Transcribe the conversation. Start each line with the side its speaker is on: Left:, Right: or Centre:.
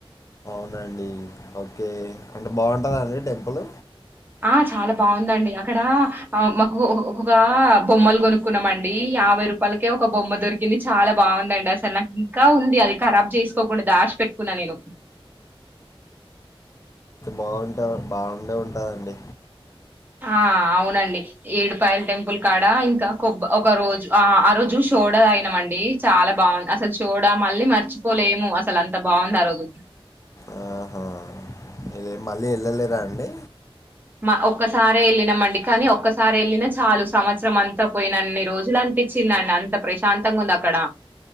Left: అవునా అండి ఓకే అంటే బాగుంటుంద అండి టెంపుల్
Right: ఆ చాలా బాగుందండి అక్కడ మాకు ఒ ఒకొ బొమ్మలు కొనుక్కున్నామ అండి యాభై రూపాయలకే ఒక బొమ్మ దొరికింది చాలా బాగుందండి అసలు నాకు ఇంకా ఉంది అది ఖరాబ్ చేసుకోకుండా దాష్ పెట్టుకున్నా నేను
Left: బాగుంటా బాగుండే ఉంటాందండి
Right: ఆ అవునండి ఏడుపాయల్ టెంపుల్ అక్కడ ఇంకా కొబ్బ ఒక రోజు ఆ ఆ రోజు సోడ తాగిన మండి చాలా బాగుంది అసలు సోడా మళ్ళీ మర్చిపోలేము అసలు అంత బాగుంది ఆ రోజు
Left: ఆహా! మీరే మళ్ళీ వెళ్ళలేరా అండి
Right: మా ఒక్కసారే వెళ్ళినమండి కానీ ఒక్కసారి వెళ్ళినా చాలు సంవత్సరం అంతా పోయిన అన్ని రోజులు అనిపించిందండి అంత ప్రశాంతంగా ఉంది అక్కడ